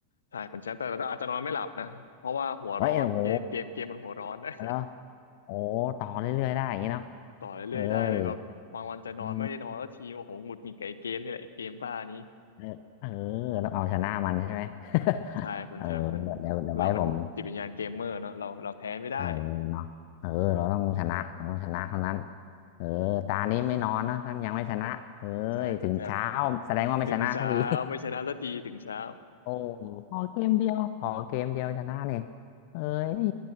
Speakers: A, on the left (about 70°); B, on the left (about 45°).
A: ใช่คุณแชมป์แต่เราอาจจะนอนไม่หลับนะเพราะว่าหัวร้อนเกมเกมเกมมันหัวร้อนนะ
B: เฮ้ยโอ้โหแล้วโอ้โหต่อเรื่อยๆได้อย่างนี้เนาะ
A: <laughs> ต่อเรื่อยๆได้เลยแบบบางวันจะนอนไม่ได้นอนแล้วทีโอ้โหหงุดหงิดกับไอ้เกมนี่แหละไอ้เกมบ้านี้
B: เอ้ยอืม เออเออต้องเอาชนะมันใช่ไหม <laughs>
A: ใช่คุณแชมป์มัน
B: เออเดี๋ยวเดี๋ยวไว้ผม
A: เรามันจิตวิญญาณเกมเมอร์เนาะเราเราแพ้ไม่ได้
B: เออเนาะเออเราต้องชนะเราต้องชนะเท่านั้นเออตานี้ไม่นอนนะถ้ายังไม่ชนะเอ้ยถึงเช้าแสดงว่าไม่ชนะสักที
A: ใช่คุณแชมป์ถึงเช้าไม่ชนะสักทีถึงเช้า
B: <laughs> โอ้ขอเกมเดียวขอเกมเดียวชนะเนี่ยเอ้ย